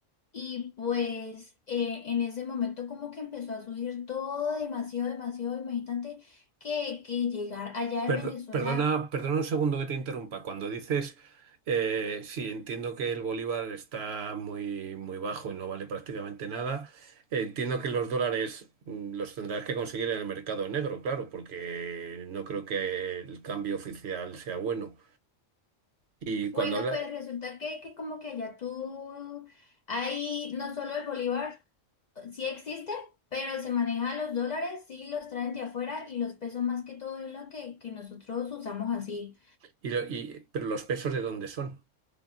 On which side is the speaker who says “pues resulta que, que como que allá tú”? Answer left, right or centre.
Left